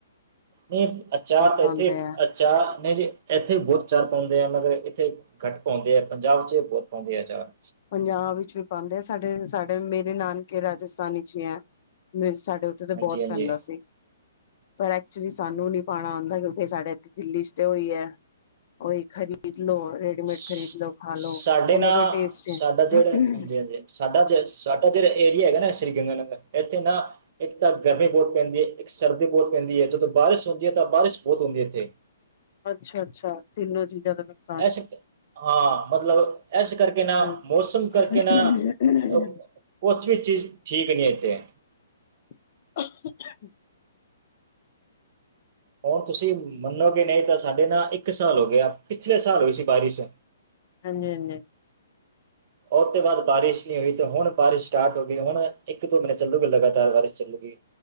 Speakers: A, on the right (about 50°); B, on the left (about 55°).
A: ਨਹੀਂ ਅਚਾਰ ਤਾਂ,
B: ਪਾਉਂਦੇ
A: ਇੱਥੇ
B: ਹੈ
A: ਅਚਾਰ ਨਹੀਂ ਜੀ। ਇੱਥੇ ਬਹੁਤ ਚਾਰ ਪਾਉਂਦੇ ਆ ਮਗਰ ਇੱਥੇ ਘੱਟ ਪੌਦੇ ਆ ਪੰਜਾਬ 'ਚ' ਬਹੁਤ ਪਾਉਂਦੇ ਆ ਅਚਾਰ।
B: ਪੰਜਾਬ ਵਿੱਚ ਵੀ ਪਾਉਂਦੇ ਆ, ਸਾਡੇ-ਸਾਡੇ ਮੇਰੇ ਨਾਨਕੇ ਰਾਜਸਥਾਨੀ 'ਚ' ਹੀ ਹੈ ਸਾਡੇ ਤੇ ਤਾਂ ਬਹੁਤ
A: ਹਾਂਜੀ ਹਾਂਜੀ
B: ਪੈਂਦਾ ਸੀ। ਪਰ ਐਕਚੁਲੀ ਸਾਨੂੰ ਨੀ ਪਾਣਾ ਆਂਦਾ, ਕਿਉਂਕਿ ਸਾਡੇ ਇੱਥੇ ਦਿੱਲੀ 'ਚ' ਤੇ ਉਹੀ ਹੈ। ਉਹੀ ਖਰੀਦ ਲੋ, ਰੇਡੀਮੇਡ
A: ਸਾਡੇ
B: ਖਰੀਦ ਲੋ ਖਾਲੋ ਉਹਨਾਂ
A: ਨਾ
B: ਕੋ ਟੇਸਟ
A: ਸਾਡਾ
B: ਨੀ।
A: ਜਿਹੜਾ ਹਾਂਜੀ-ਹਾਂਜੀ ਸਾਡਾ ਜ ਸਾਡਾ ਜਿਹੜਾ ਏਰੀਆ ਹੈਗਾ ਨਾ ਸ੍ਰੀ ਗੰਗਾਨਗਰ ਇੱਥੇ ਨਾ ਇੱਕ ਤਾਂ ਗਰਮੀ ਬਹੁਤ ਪੈਂਦੀ ਐ। ਇੱਕ ਸਰਦੀ ਬਹੁਤ ਪੈਂਦੀ ਐ। ਜਦੋਂ ਬਾਰਿਸ਼ ਹੁੰਦੀ ਐ। ਤਾ ਬਾਰਿਸ਼ ਬਹੁਤ ਹੁੰਦੀ ਹੈ। ਇੱਥੇ
B: ਅੱਛਾ-ਅੱਛਾ ਤਿੰਨੋ ਚੀਜ਼ਾਂ ਦਾ ਨੁਕਸਾਨ
A: ਅਸਕ।
B: ਹੈ।
A: ਹਾਂ, ਮਤਲਬ ਇਸ ਕਰਕੇ ਨਾ,
B: ਹਮ
A: ਮੌਸਮ ਕਰਕੇ
B: ਹਾਂਜੀ
A: ਨਾ, ਅ ਕੁਛ ਵੀ ਚੀਜ਼ ਠੀਕ ਨਹੀਂ ਇੱਥੇ।
B: ' <unintelligible>
A: ਹੁਣ ਤੁਸੀਂ ਮੰਨੋਗੇ ਨਹੀਂ ਤਾਂ, ਸਾਡੇ ਨਾ ਇੱਕ ਸਾਲ ਹੋ ਗਿਆ। ਪਿਛਲੇ ਸਾਲ ਹੋਈ ਸੀ ਬਾਰਿਸ਼
B: ਹਾਂਜੀ-ਹਾਂਜੀ।
A: ਉਹ ਤੋਂ ਬਾਅਦ ਬਾਰਿਸ਼ ਨਹੀਂ ਹੋਈ। ਤੇ ਹੁਣ ਬਾਰਿਸ਼ ਸਟਾਰਟ ਹੋ ਗਈ, ਹੁਣ ਇੱਕ, ਦੋ ਮਹੀਨੇ ਚੱਲੂਗਾ ਲਗਾਤਾਰ ਬਾਰਿਸ਼ ਚੱਲੂਗੀ।